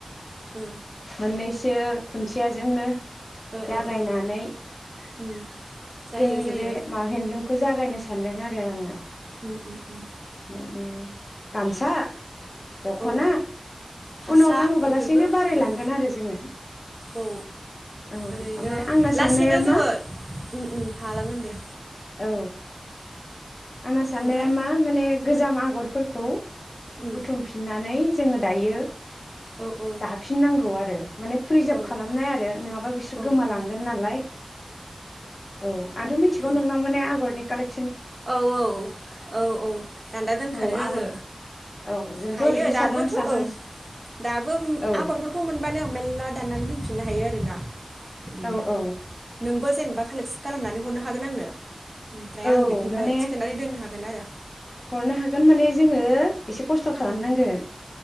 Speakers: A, on the right; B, on the left.
A: ओ
B: मोननैसो खुन्थियाजोंनो
A: ओ
B: जागायनानै
A: ओ ओ उम जायो
B: जोंनि
A: जायो
B: बे मा हेन्दन्दलुमखौ जागायनोसै। सान्दों आरो आङो
A: उम उम उम
B: माने गामसा दख'ना
A: औ फास्रा
B: उनाव नांगौबा
A: बेफोरबो
B: लासेनो बारायलांगोन
A: उम
B: आरो जोङो
A: औ
B: औ
A: ओरैनो
B: ओमफ्राय आंना
A: लासैनो
B: साननाया
A: जोङो
B: मा?
A: उम उम हालांगोन दे।
B: औ आंना साननाया
A: ओमफ्राय
B: मा माने गोजाम आगरफोरखौ
A: उम
B: बुथुमफिननानै जोङो दायो।
A: औ औ
B: दाफिननांगौ आरो। माने प्रिजार्भ
A: औ
B: खालामनाय आरो नङाबा बिसोर
A: औ
B: गोमालांगोन
A: औ
B: नालाय औ आथ' मिथिगौ
A: ओं
B: नोंनाव आगरनि कालेक्ट
A: औ औ औ औ दानदा दोनखादों
B: औ आगर
A: आङो
B: औ जोंथ'
A: हायो
B: ओरैनो
A: दाबोथ'
B: साजां साजां
A: ओं दाबो
B: औ
A: आगरफोरखौ मोनबानो मेलला दाननानै दोनफिन नो हायो आरो ना। बिदिनो
B: औ औ
A: नोंबो जेनेबा खालेक्ट स खालामनानै हरनो हागोन आंनो। ओमफ्राय
B: औ
A: आं बेख नो
B: माने
A: थिखोनानै दोन हागोन आरो।
B: हरनो हागोन माने जोङो एसे खस्थ' खालामनांगोन।